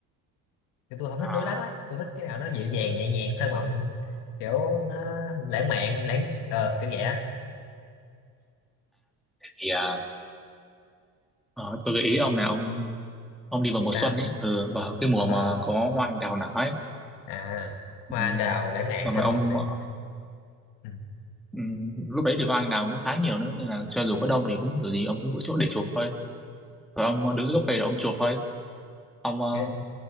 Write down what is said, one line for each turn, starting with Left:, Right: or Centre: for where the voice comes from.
Left: thì tôi không thích
Centre: À,
Left: núi lắm á tôi thích cái nào nó dịu dàng nhẹ nhàng thơ mộng kiểu nó lãng mạn lãng ờ, kiểu vậy á
Centre: thế thì à, ờ, tôi gợi ý ông là ông ông đi vào mùa
Left: sao
Centre: xuân ấy ừ, vào cái mùa
Left: ờ
Centre: mà có hoa anh đào nở ấy
Left: à hoa
Centre: ừ.
Left: anh đào lãng mạn
Centre: còn
Left: thơ
Centre: mà ông
Left: mộng này ừ.
Centre: ừ, lúc đấy thì hoa anh đào cũng khá nhiều nữa nên là cho dù có đông thì cũng kiểu gì ông cũng có chỗ để chụp thôi rồi ông ờ, đứng dưới gốc cây rồi ông chụp thôi ông ờ,
Left: Vậy-